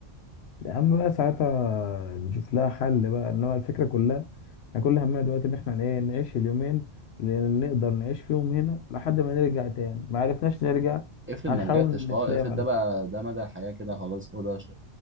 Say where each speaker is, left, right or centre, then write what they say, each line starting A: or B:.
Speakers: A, on the left; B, on the right.
A: يا عم بقى ساعتها نشوف لها حل بقى انما الفكره كلها احنا كل همنا دلوقتي ان احنا ايه نعيش اليومين اللي نقدر نعيش فيهم هنا لحد ما نرجع تاني ما عرفناش نرجع
B: افرض
A: هنحاول
B: ما رجعتش
A: نتلام
B: خالص افرض
A: على
B: ده بقى
A: كده
B: ده مدى الحياة كده خلاص هو ده ش...